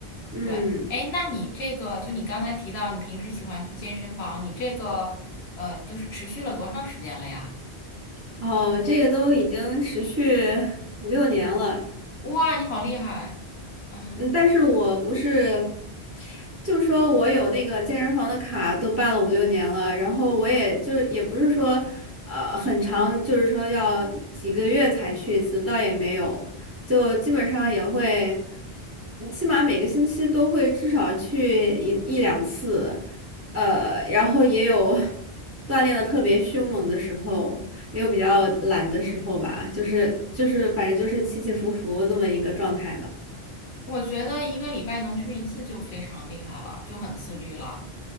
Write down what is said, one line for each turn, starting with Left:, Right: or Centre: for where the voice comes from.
Right: 嗯，
Left: 对，哎，那你这个就你刚才提到你平时喜欢去健身房，你这个呃就是持续了多长时间了呀？
Right: 哦，这个都已经持续五六年了。
Left: 哇，你好厉害，嗯，
Right: 嗯，但是我不是，就说我有那个健身房的卡，都办了五六年了，然后我也就也不是说，呃，很长，就是说要几个月才去一次，倒也没有，就基本上也会，嗯起码每个星期都会至少去一一两次，呃，然后也有 <laughs> 锻炼的特别凶猛的时候，也有比较懒的时候吧，就是就是反正就是起起伏伏这么一个状态吧。
Left: 我觉得一个礼拜能去一次就非常厉害了，就很自律了，